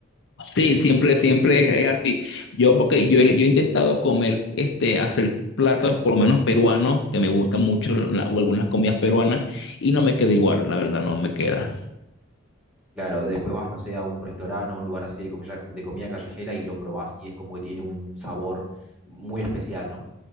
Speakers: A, on the left; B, in the centre.
A: Sí, siempre, siempre es así. Yo, porque yo, he- yo he intentado comer, este, hacer platos por lo menos peruanos, que me gustan mucho la- o algunas comidas peruanas, y no me queda igual, la verdad, no me queda.
B: Claro, después vas, no sé, a un restaurante o a un lugar así de comida, de comida callejera y lo probás y es como que tiene un sabor muy especial, ¿no?